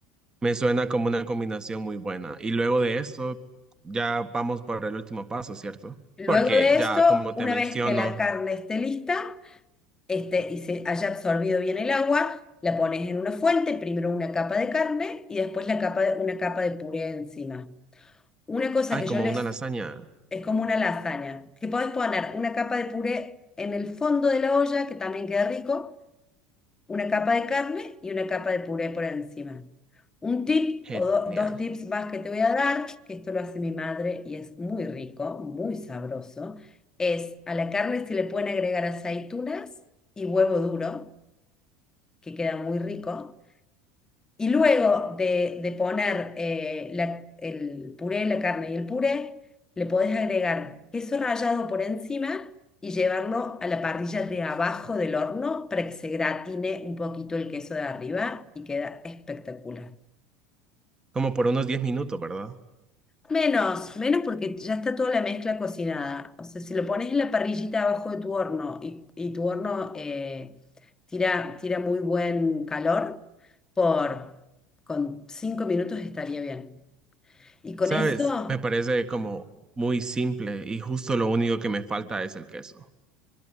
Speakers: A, on the right; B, on the left.
A: me suena como una combinación muy buena. Y luego de esto, ya vamos por el último paso, ¿cierto?
B: Luego
A: Porque
B: de
A: ya,
B: esto,
A: como te
B: una
A: menciono,
B: vez que la carne esté lista, este, y se haya absorbido bien el agua, la pones en una fuente, primero una capa de carne y después la capa de- una capa de puré encima. Una cosa
A: hay
B: que
A: como
B: yo les
A: una lasaña
B: Es como una lasaña, que podés poner una capa de puré en el fondo de la olla, que también queda rico, una capa de carne y una capa de puré por encima. Un tip
A: genial,
B: o do- dos tips más que te voy a dar, que esto lo hace mi madre y es muy rico, muy sabroso, es a la carne se le pueden agregar aceitunas y huevo duro, que queda muy rico. Y luego de, de poner eh, la- el puré, la carne y el puré, le podés agregar queso rallado por encima y llevarlo a la parrilla de abajo del horno para que se gratine un poquito el queso de arriba y queda espectacular.
A: como por unos 10 minutos, ¿verdad?
B: Menos, menos porque ya está toda la mezcla cocinada. O sea, si lo pones en la parrillita abajo de tu horno y, y tu horno eh, tira, tira muy buen calor, por, con cinco minutos estaría bien. Y con
A: Sabes,
B: eso,
A: me parece como muy simple y justo lo único que me falta es el queso.